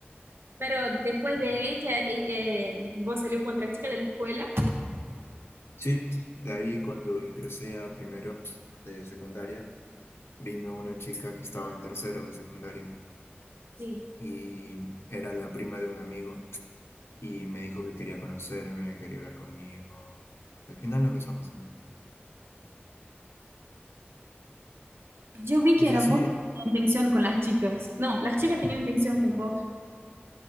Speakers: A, on the right; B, on the left.
A: Pero después de ella, eh, eh, vos salió con otra chica de la escuela.
B: Sí, de ahí cuando ingresé a primero de secundaria, vino una chica que estaba en tercero de secundaria
A: Sí.
B: y era la prima de un amigo y me dijo que quería conocerme, que quería hablar conmigo. Al final nos besamos también.
A: Yo vi
B: Y
A: que era
B: así,
A: vos que tenías intención con las chicas. No, las chicas tenían intención con vos.